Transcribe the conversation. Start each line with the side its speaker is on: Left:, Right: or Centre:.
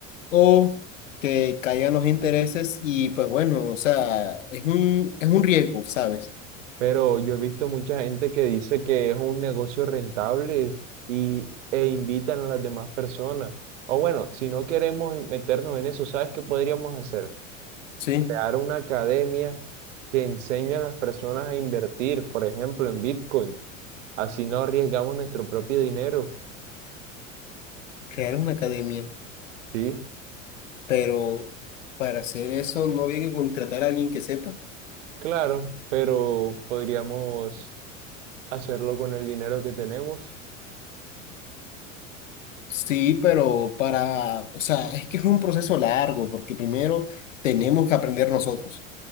Left: o que caigan los intereses y pues bueno, o sea, es un, es un riesgo, ¿sabes?
Right: Pero yo he visto mucha gente que dice que es un negocio rentable y, e invitan a las demás personas. O bueno, si no queremos meternos en eso, ¿sabes qué podríamos hacer?
Left: Sí,
Right: Crear una academia que enseñe a las personas a invertir, por ejemplo, en bitcoin. Así no arriesgamos nuestro propio dinero,
Left: crear una academia,
Right: ¿sí?
Left: pero para hacer eso no había que contratar a alguien que sepa.
Right: Claro, pero podríamos hacerlo con el dinero que tenemos.
Left: Sí, pero para, o sea, es que es un proceso largo, porque primero tenemos que aprender nosotros.